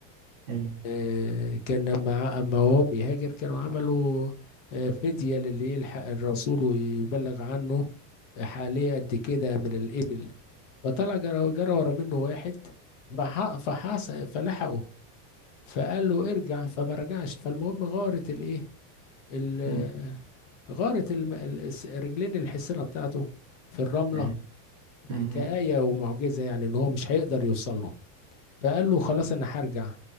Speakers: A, on the right; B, on the left.
A: ايوه
B: آه، كان لما اما هو بيهاجر كانوا عملوا آه، فدية للي يلحق الرسول ويبلغ عنه حواليه قد كده من الإبل فطلع جرى جرى ورا منه واحد فح- فحص فلحقه فقال له ارجع فما رجعش فالمهم غارت الايه ال-
A: مم.
B: غارت الم- ال- الس- رجلين الحصينة بتاعته في الرملة
A: ايوه مم.
B: كآية ومعجزة يعني ان هو مش هيقدر يوصل له فقال له خلاص انا هرجع